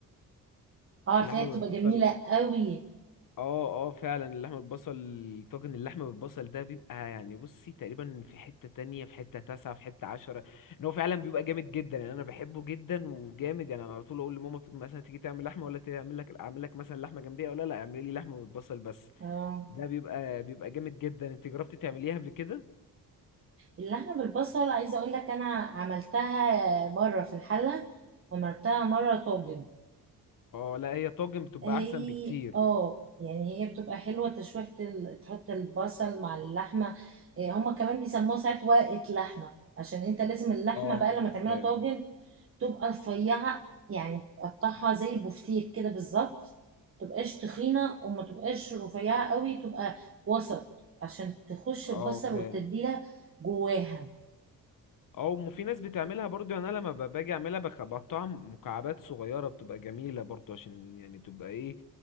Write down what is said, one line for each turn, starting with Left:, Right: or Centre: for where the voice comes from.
Right: اه عارفاها
Left: اللحمة
Right: بتبقى
Left: بالبصل
Right: جميلة قوي
Left: اه اه فعلا اللحمة بالبصل طاجن اللحمة بالبصل ده بيبقى يعني بصي تقريبا في حتة تانية في حتة تاسعة في حتة عشرة ان هو فعلا بيبقى جامد جدا يعني انا بحبه جدا وجامد يعني انا على طول اقول لماما ت- مثلا تيجي تعمل لحمة ولا تعمل لك اعمل لك مثلا لحمة جنبية ولا لا اعملي لي لحمة بالبصل بس
Right: اه
Left: ده بيبقى بيبقى جامد جدا انت جربتي تعمليها قبل كده
Right: اللحمة بالبصل عايزة اقول لك انا عملتها بره في الحلة وعملتها مرة طاجن
Left: اه لا هي طاجن بتبقى
Right: هي
Left: احسن بكتير
Right: اه يعني هي بتبقى حلوة تشويحة ال... تحط البصل مع اللحمة إيه، هما كمان بيسموها ساعات ورقة لحمة عشان انت لازم اللحمة
Left: اه
Right: بقى لما تعملها
Left: فاهم
Right: طاجن تبقى رفيعة يعني تقطعها زي البفتيك كده بالظبط متبقاش تخينة وما تبقاش رفيعة قوي تبقى وسط عشان تخش
Left: اه
Right: البصل
Left: فاهم
Right: والتتبيلة جواها
Left: او في ناس بتعملها برضو يعني انا لما ب- باجي اعملها بخ- بقطعها مكعبات صغيره بتبقى جميله برضو عشان يعني تبقى ايه